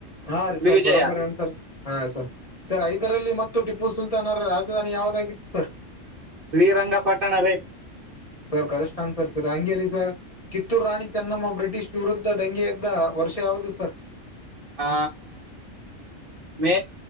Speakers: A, on the left; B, on the right.
A: ಹಾ ರೀ ಸರ್
B: ಶ್ರೀವಿಜಯ
A: ಬರೋಬರಿ ಅಏನ್ಸರ್ ಹಾ ಸರ್ ಸರ್ ಹೈದರಾಲಿ ಮತ್ತು ಟಿಪ್ಪು ಸುಲ್ತಾನ್ ರಾಜಧಾನಿ ಯಾವದಾಗಿತ್ತು ಸರ್
B: ಶ್ರೀರಂಗಪಟ್ಟಣ ರೀ
A: ಸರ್ ಕರೆಷ್ಟನ್ ಸರ್ ಸರ್ ಅಂಗೇರಿ ಸರ್ ಕಿತ್ತೂರು ರಾಣಿ <unintelligible> <unintelligible> ಚೆನ್ನಮ್ಮ ಬ್ರಿಟಿಷ್ ವಿರುದ್ಧ ದಂಗೆ ಎದ್ದ ವರ್ಷ ಯಾವುದು ಸರ್
B: ಹಾ ಮ